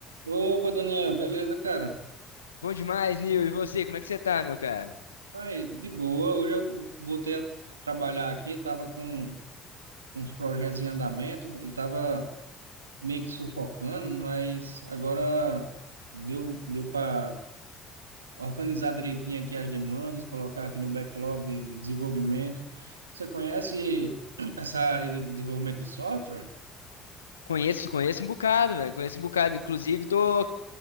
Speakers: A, on the right; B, on the left.
A: Opa, Daniel, beleza, cara?
B: Bom demais, Nil. E você, como é que você tá, meu cara?
A: Aí, de boa. Hoje eu voltei a trabalhar aqui, tava com uns projetos em andamento e tava meio que sufocando, mas agora deu, deu para organizar direitinho aqui as demandas, colocar aqui no backlog de, de desenvolvimento. Você conhece <clears throat> essa área de desenvolvimento de software?
B: Conheço, conheço um bocado, velho. Conheço um bocado. Inclusive, tô.